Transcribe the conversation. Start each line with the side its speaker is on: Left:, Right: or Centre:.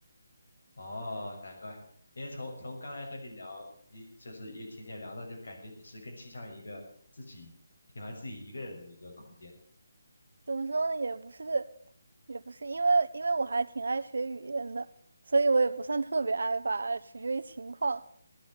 Left: 哦，难怪，因为从从刚才和你聊，你就是也浅浅聊到，就感觉你是更倾向于一个自己喜欢自己一个人的一个空间。
Right: 怎么说呢，也不是，也不是，因为因为我还挺爱学语言的，所以我也不算特别爱吧，取决于情况。